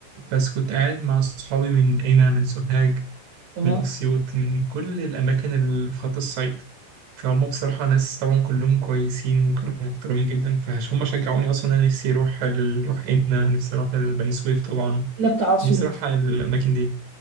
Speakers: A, on the right (about 80°); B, on the right (about 50°).
A: بس كنت قاعد مع أصحابي من هنا من سوهاج
B: تمام
A: من أسيوط من كل الأماكن اللي في خط الصعيد فهم بصراحة ناس طبعا كلهم كويسين وكانوا محترمين جدا فهم شجعوني أصلا أنا نفسي أروح ال- أروح هنا نفسي أروح البني سويف طبعا
B: إلا بتاع أسيوط
A: نفسي أروح على الأماكن دي